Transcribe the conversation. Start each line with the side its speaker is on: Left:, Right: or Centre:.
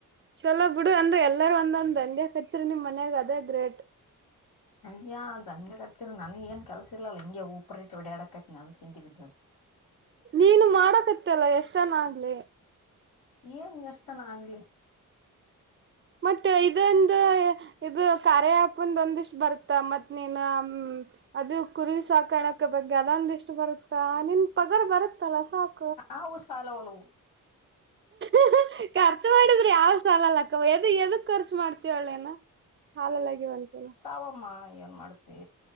Right: ಚಲೋ ಬಿಡು ಅಂದ್ರೆ ಎಲ್ಲರೂ ಒಂದೊಂದ್ ಅಂದೇ ಕತ್ರಿ ನಿಮ್ ಮನ್ಯಾಗ ಅದೇ ಗ್ರೇಟ್
Left: ಅಯ್ಯ ಅಂಗ ಹತ್ತಿರಿ ನನಗ್ ಏನ್ ಕೆಲಸ ಇಲ್ಲ ಹಿಗೆ ಊಪರಿ ಇಟ್ಟು ಹೋಡಕತ್ತತಿನಿ ಅದು ಚಿಂತ ಬಿದ್ದ
Right: ನೀನು ಮಾಡಕತ್ತ ಅಲ್ಲ ಎಷ್ಟನ ಆಗ್ಲಿ
Left: ಏನ್ ಎಷ್ಟನ ಆಗ್ಲಿ.
Right: ಮತ್ತೆ ಇದೊಂದು ಇದು ಕಾರ್ಯ ಆಪ್ದು ಒಂದಿಷ್ಟ್ ಬರ್ತ್ತ ಮತ್ ನೀನ್ ಅದು ಕುರಿ ಸಾಕಾಣಿಕ ಬಗ್ಗೆ ಅದೊಂದ ಇಷ್ಟು ಬರುತ್ತಾ ನಿನ್ ಪಗರ್ ಬರತ್ತ ಸಾಕ್
Left: ಯಾವ ಸಾಲವನ್ನು.
Right: <inaudible> ಖರ್ಚು ಮಾಡಿದ್ರೆ ಯಾವ ಸಾಲಲ್ಲಕ್ಕವ ಎದಕ್ ಖರ್ಚು ಮಾಡ್ತೀವಳ್ಳೇನ ಭಾಲ <unintelligible> ಲಗ ಬ ಅಂತರ
Left: ಸಾವಮ್ಮ ಏನ್ ಮಾಡ್ತಿ.